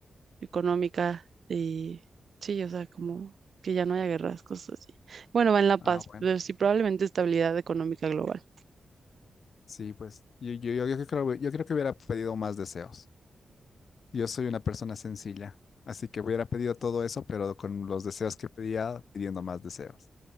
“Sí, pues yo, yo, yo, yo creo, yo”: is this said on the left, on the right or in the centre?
Left